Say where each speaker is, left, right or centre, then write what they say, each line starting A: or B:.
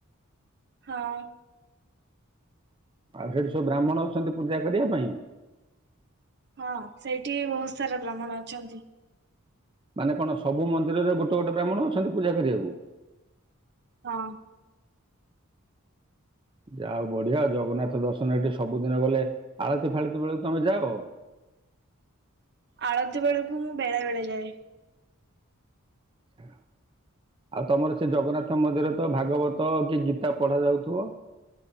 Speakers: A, on the right; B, on the right.
A: ହଁ।
B: ଆଉ ସେଠି ସବୁ ବ୍ରାହ୍ମଣ ଅଛନ୍ତି ପୂଜା କରିବା ପାଇଁ।
A: ହଁ ସେଇଠି ବହୁତ ସାରା ବ୍ରାହ୍ମଣ ଅଛନ୍ତି।
B: ମାନେ କଣ ସବୁ ମନ୍ଦିରରେ ଗୋଟେ ଗୋଟେ ବ୍ରାହ୍ମଣ ଅଛନ୍ତି ପୂଜା କରିବାକୁ?
A: ହଁ।
B: ଯା ହୋଉ ବଢିଆ ଜଗନ୍ନାଥ ଦର୍ଶନ ଏଠି ସବୁ ଦିନେ ଗଲେ ଆଳତି ଫାଳତି ବେଳକୁ ତୋମେ ଯାଅ?
A: ଆଳତି ବେଳକୁ ମୁଁ ବେଳେ ବେଳେ ଯାଏ।
B: ଛା ଆଉ ତୋମର ସେ ଜଗନ୍ନାଥ ମନ୍ଦିରେ ତ ଭାଗବତ କି ଗୀତା ପଢା ଯାଉଥୁବ?